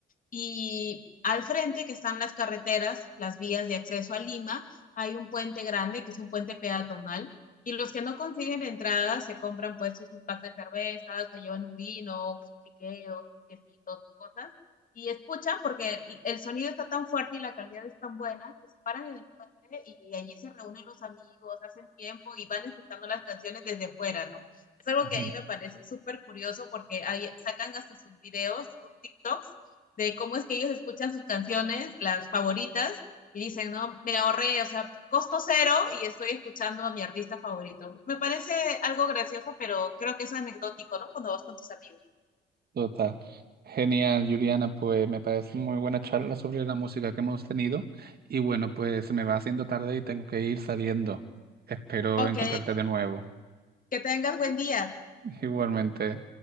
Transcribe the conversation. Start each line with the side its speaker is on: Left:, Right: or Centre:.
Left: y al frente, que están las carreteras, las vías de acceso a Lima, hay un puente grande, que es un puente peatonal, y los que no consiguen entradas se compran pues sus packs de cervezas, o llevan un vino, sus piqueos, quesito, cosas, y escuchan porque el sonido está tan fuerte y la calidad es tan buena que se paran en el puente y allí se reúnen los amigos, hacen tiempo y van escuchando las canciones desde fuera, ¿no? Es algo
Right: <laughs>
Left: que a mí me parece súper curioso porque ahí sacan hasta sus videos, sus TikToks de cómo es que ellos escuchan sus canciones, las favoritas, y dicen, no, me ahorré, o sea, costo cero y estoy escuchando a mi artista favorito. Me parece algo gracioso, pero creo que es anecdótico, ¿no? Cuando vas con tus amigos.
Right: Total. Genial, Juliana, pues me parece muy buena charla sobre la música que hemos tenido y bueno, pues se me va haciendo tarde y tengo que ir saliendo. Espero
Left: Ok,
Right: encontrarte de nuevo.
Left: que tengas buen día.
Right: <laughs> Igualmente.